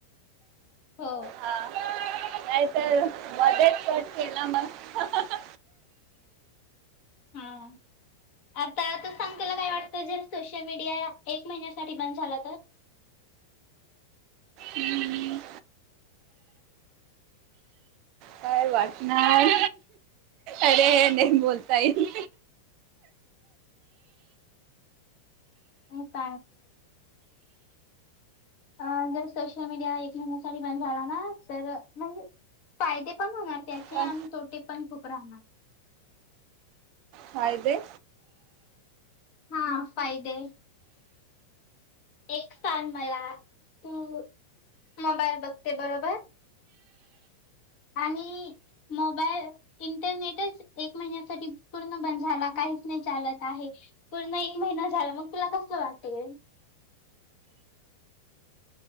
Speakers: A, on the left; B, on the right.
A: हो
B: हा नाही तर मध्येत कट केलं मग
A: हम्म आता त सांग त्याला काय वाटतं जर सोशल मीडिया एक महिन्यासाठी बंद झाला तर
B: हम्म काय वाटणार अरे नाही बोलता येईल
A: हट अं जर सोशल मीडिया एक महिन्यासाठी बंद झाला ना तर म्हणजे फायदे पण होणार त्याचे
B: काय
A: आणि तोटे पण खूप राहणार
B: हा तेे
A: हा फादे एक सथान मला तू मोबाईल बघते बरोबर आणि मोबाईल इंटरनेटच एक महिन्यासाठी पूर्ण बंद झाला काहीच नाही चालत आहे पूर्ण एक महिना झाला मग तुला कसं वाटते